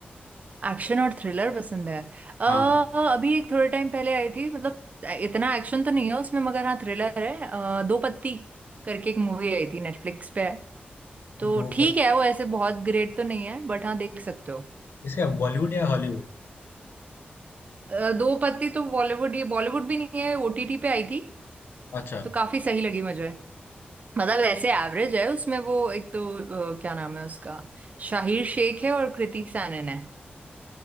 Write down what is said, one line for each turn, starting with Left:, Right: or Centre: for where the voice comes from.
Right: एक्शन और थ्रिलर पसंद है अ,
Left: हाँ
Right: अभी एक थोड़े टाइम पहले आई थी मतलब इतना एक्शन तो नहीं है उसमें मगर हाँ थ्रिलर है अ, दो पत्ती करके एक मूवी आई थी नेटफ्लिक्स पे है तो
Left: दो
Right: ठीक
Left: पर
Right: है वो ऐसे बहुत ग्रेट तो नहीं है बट हाँ देख सकते हो
Left: किसका बॉलीवुड या हॉलीवुड?
Right: अ, दो पत्ती तो बॉलीवुड ये बॉलीवुड भी नहीं है ओटीटी पे आई थी
Left: अच्छा
Right: तो काफी सही लगी मुझे मतलब ऐसे एवरेज है उसमें वो एक तो अ, क्या नाम है उसका शाहिर शेख है और कृति सैनन है